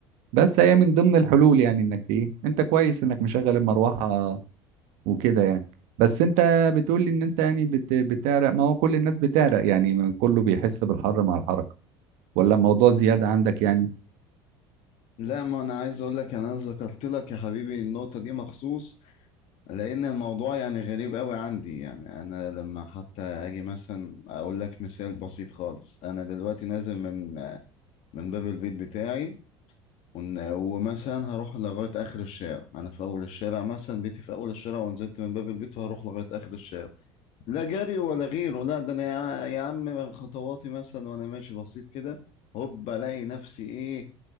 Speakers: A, on the right; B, on the left.
A: بس هي من ضمن الحلول يعني انك ايه انت كويس انك مشغل المروحة وكده يعني بس انت بتقول لي ان انت يعني بت... بتعرق ما هو كل الناس بتعرق يعني كله بيحس بالحر مع الحركة ولا الموضوع زيادة عندك يعني
B: لا ما انا عايز اقول لك يعني انا ذكرت لك يا حبيبي النقطه دي مخصوص لان الموضوع يعني غريب قوي عندي يعني انا لما حتى اجي مثلا اقول لك مثال بسيط خالص انا دلوقتي نازل من من باب البيت بتاعي ون- ومثلا هروح لغايه اخر الشارع انا في اول الشارع مثلا بيتي في اول الشارع ونزلت من باب البيت وهروح لغايه اخر الشارع لا جري ولا غيره لا ده انا يا يا عم خطواتي مثلا وانا ماشي بسيط كده هوب الاقي نفسي ايه